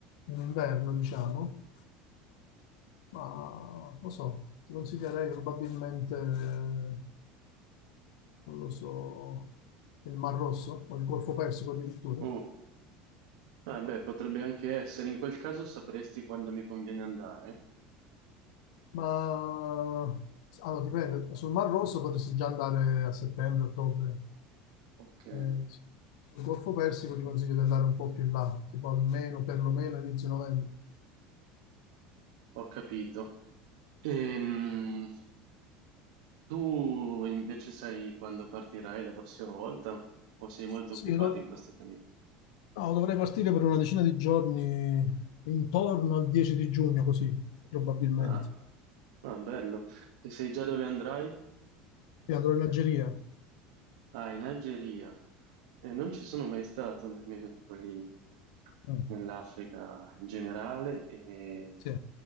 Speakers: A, on the left (about 80°); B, on the right (about 80°).
A: in inverno, diciamo. Ma lo so, ti consiglierei probabilmente, eh, non lo so, il Mar Rosso o il Golfo Persico addirittura,
B: Uh, ah, beh, potrebbe anche essere. In quel caso sapresti quando mi conviene andare?
A: ma allora, dipende, sul Mar Rosso potresti già andare a settembre, ottobre,
B: Ok,
A: Eh, sul Golfo Persico ti consiglio di andare un po' più in là, tipo almeno, perlomeno inizio novembre.
B: ho capito. Ehm, tu invece sai quando partirai la prossima volta? O sei molto
A: Sì,
B: occupato
A: io do-
B: in questo periodo?
A: no, dovrei partire per una decina di giorni intorno al 10 di giugno, così probabilmente.
B: Ah. Ah, bello. E sai già dove andrai?
A: E andrò in Algeria.
B: Ah, in Algeria. Eh, non ci sono mai stato nemmeno lì,
A: Mm,
B: nell'Africa in generale. E
A: sì.